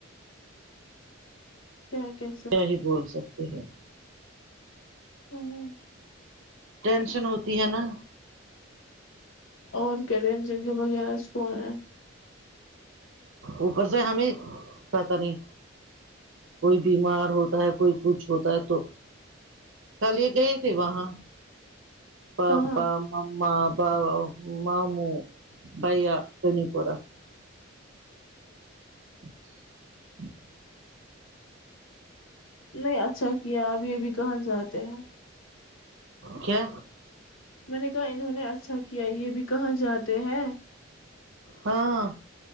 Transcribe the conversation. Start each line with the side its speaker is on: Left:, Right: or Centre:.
Left: کیا کیا
Right: کیا ہی بول سکتے ہیں
Left: ہوں
Right: ٹینشن ہوتی ہے نا
Left: اور کرین جنگی وغیرہ اسکول ہیں
Right: اوپر سے ہمیں پتا نہیں کوئی بیمار ہوتا ہے کوئی کچھ ہوتا ہے تو کل یہ گئی تھی وہاں پاپا
Left: کہاں
Right: اما باوا مامو بھیا بنی پورا <inaudible>
Left: نہیں اچھا کیا اب یہ بھی کہاں جاتے ہیں
Right: کیا
Left: میں نے کہا انہوں نے اچھا کیا یہ بھی کہاں جاتے ہیں
Right: ہاں